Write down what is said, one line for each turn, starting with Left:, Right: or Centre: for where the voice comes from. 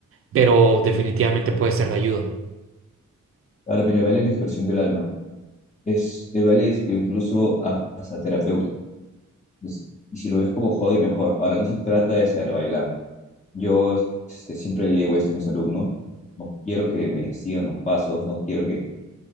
Right: pero definitivamente puede ser de ayuda.
Left: Ahora, mira, el baile es la expresión del alma. Es, el baile es incluso a- hasta terapéutico. Es- y si lo ves como hobby, mejor. Ahora, no se trata de saber bailar. Yo este, siempre le digo esto a mis alumnos. No quiero que me sigan los pasos, no quiero que,